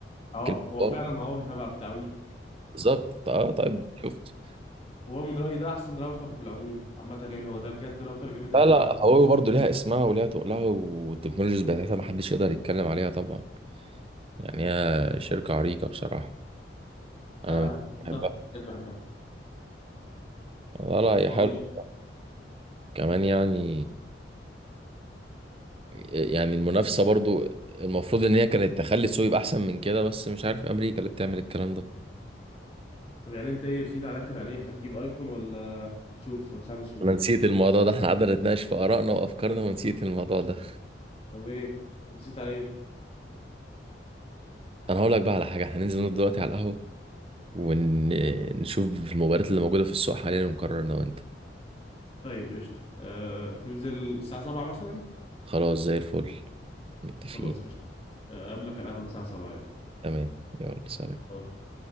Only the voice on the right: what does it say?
كلمة
ضار.
بالظبط اه طيب شفت
لا
لا
هو برضه ليها اسمها وليها تقلها والتكنولوجيز بتاعتها محدش يقدر يتكلم عليها طبعا يعني هي شركة عريقة بصراحة أنا
من-
بحبها
لا لا هي
حلوة كمان يعني يعني المنافسة برضه المفروض إن هي كانت تخلي السوق يبقى أحسن من كده بس مش عارف أمريكا اللي بتعمل الكلام ده
أنا نسيت الموضوع ده <laughs> إحنا قعدنا نتناقش في آرائنا وأفكارنا ونسيت الموضوع ده
أنا هقول لك بقى على حاجة إحنا ننزل نقعد دلوقتي على القهوة ونشوف المباريات اللي موجودة في السوق حاليا ونقرر أنا وأنت
خلاص زي الفل متفقين
تمام يلا سلام